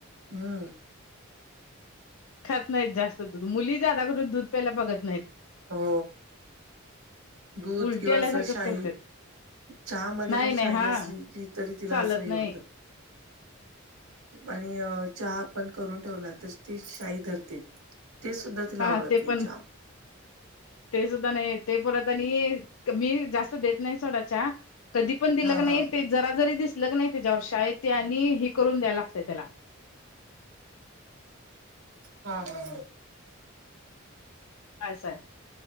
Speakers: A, on the right (about 80°); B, on the left (about 80°).
A: हम्म
B: खात नाहीत जास्त ध मुली जदा करून दूध पहिला बघत नाहीत.
A: हा. दूध
B: उलटी
A: किंवा
B: आल्यासारखंच
A: सरशाही.
B: करत्यात.
A: चहा म
B: नाही
A: पण
B: नाही
A: शाही
B: हा
A: असली की तरी तिला
B: चालत
A: असं हे
B: नाही
A: होतं. आणि अ चहा. करून ठेवला तर शाई धरते ते सुद्धा तिला
B: हा
A: आवडत
B: ते
A: नाही
B: पण
A: चहा
B: ते सुद्धा नाही ते परत आणि मी जास्त नाही कध पण दि ज लग्न
A: हा
B: नाही
A: हा
B: त्याच्या वर्षा आहे ते आणि हे करून द्यायला लागतं त्याला
A: हा हा हा.
B: कायच आहे.